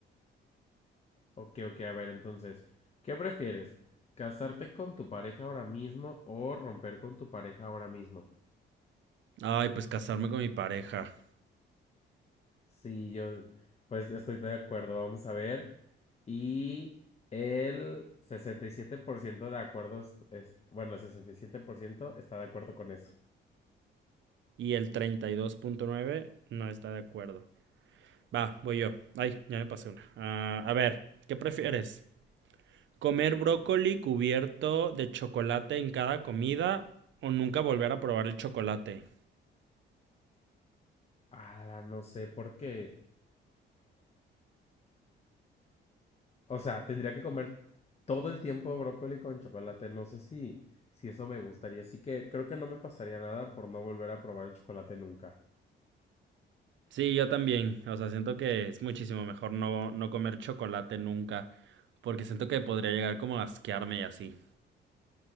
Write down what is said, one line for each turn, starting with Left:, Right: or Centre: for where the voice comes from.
Left: Ok, ok, a ver, entonces, ¿qué prefieres? ¿Casarte con tu pareja ahora mismo o romper con tu pareja ahora mismo?
Right: Ay, pues casarme con mi pareja.
Left: Sí, yo, pues estoy de acuerdo, vamos a ver. Y el 67% de acuerdo, es- es- bueno, el 67% está de acuerdo con eso.
Right: Y el treinta y dos punto nueve no está de acuerdo. Va, voy yo. Ay, ya me pasé una. Ah, a ver, ¿qué prefieres? Comer brócoli cubierto de chocolate en cada comida o nunca volver a probar el chocolate.
Left: Ah, no sé por qué. O sea, tendría que comer todo el tiempo brócoli con chocolate. No sé si, si eso me gustaría. Así que creo que no me pasaría nada por no volver a probar el chocolate nunca.
Right: Sí, yo también. O sea, siento que es muchísimo mejor no, no comer chocolate nunca. Porque siento que podría llegar como a asquearme y así.